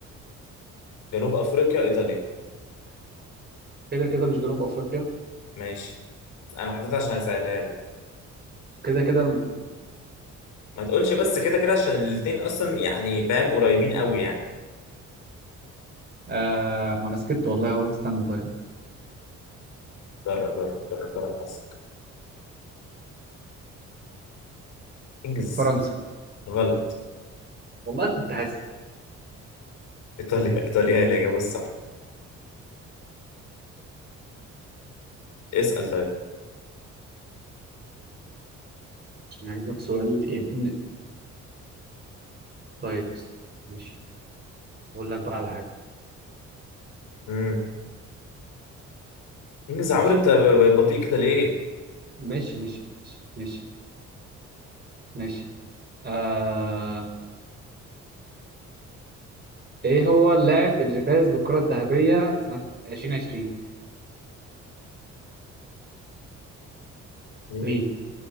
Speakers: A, on the left; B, on the right.
A: جنوب افريقيا ايطاليا
B: كده كده مش جنوب افريقيا
A: ماشي انا حطيتها عشان اسالها لك
B: كده كده
A: ما تقولش بس كده كده عشان الاتنين اصلا يعني فاهم قريبين قوي يعني
B: آه ما انا سكت والله اهو استنى طيب
A: جرب جرب جرب جرب حظك انجز
B: فرنسا
A: غلط
B: والله كنت حاسس
A: ايطاليا ايطاليا هي الاجابه الصح اسال طيب
B: عشان هجيب لك سؤال ابن طيب بس ماشي اقول لك بقى على حاجه
A: امم انجز يا
B: ماشي
A: عمرو انت ب- ب- بطيء كده ليه؟
B: ماشي ماشي ماشي ماشي ماشي آه... ايه هو اللاعب اللي فاز بالكرة الذهبية سنة 2020
A: مين؟
B: مين؟